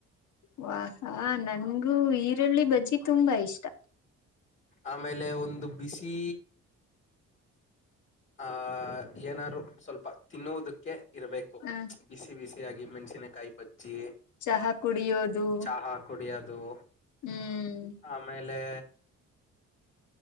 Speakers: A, on the left (about 75°); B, on the left (about 40°).
A: ವಾಹಾ ನನ್ಗೂ ಈರುಳ್ಳಿ ಬಜ್ಜಿ ತುಂಬಾ ಇಷ್ಟ
B: ಆಮೇಲೆ ಒಂದು ಬಿಸಿ ಆಹ ಏನಾದರು ಸ್ವಲ್ಪ ತಿನ್ನುವುದಕ್ಕೆ ಇರಬೇಕು
A: ಹ
B: ಬಿಸಿ ಬಿಸಿಯಾಗಿ ಮೆಣಸಿನಕಾಯಿ ಬಜ್ಜಿ
A: ಚಹಾ ಕುಡಿಯೋದು
B: ಚಹಾ ಕುಡಿಯದು
A: ಹ್ಮ್
B: ಆಮೇಲೆ